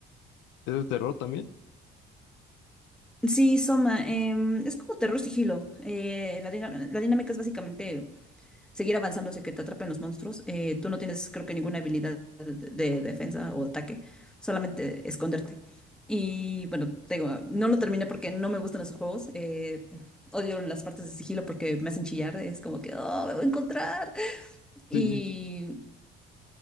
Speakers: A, on the left; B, in the centre.
A: ¿Es de terror también?
B: Sí, Soma, em, es como terror sigilo. Eh, la, dina- la dinámica es básicamente seguir avanzando hacia que te atrapen los monstruos. Eh, tú no tienes, creo que, ninguna habilidad de, de defensa o ataque, solamente esconderte. Y bueno, te digo, no lo terminé porque no me gustan esos juegos. eh, odio las partes de sigilo porque me hacen chillar. Es como que, oh, me voy a encontrar. Y,
A: Sí.